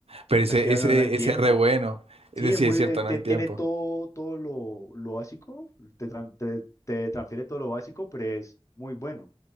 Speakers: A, on the right; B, on the left.
A: Pero ese,
B: Pues es que ya
A: ese,
B: no, no hay tiempo.
A: ese es re bueno. Es
B: Sí,
A: decir,
B: es muy,
A: es cierto,
B: eh, ti-
A: no hay
B: tiene
A: tiempo.
B: todo, todo lo, lo básico, te, tran- te, te transfiere todo lo básico, pero es muy bueno.